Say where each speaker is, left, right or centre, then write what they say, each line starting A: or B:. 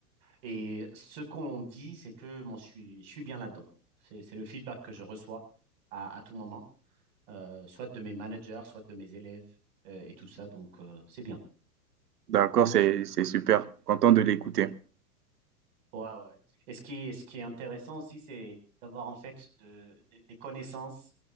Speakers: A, on the right; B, on the right.
A: et ce qu'on dit, c'est que moi je suis je suis bien là-dedans. C'est c'est le feedback que je reçois à à tout moment, euh, soit de mes managers, soit de mes élèves euh, et tout ça. Donc euh, c'est bien.
B: D'accord. C'est, c'est super. Content de l'écouter.
A: Ouais, ouais. ouais. Et ce qui est, ce qui est intéressant aussi, c'est d'avoir en fait de, des des connaissances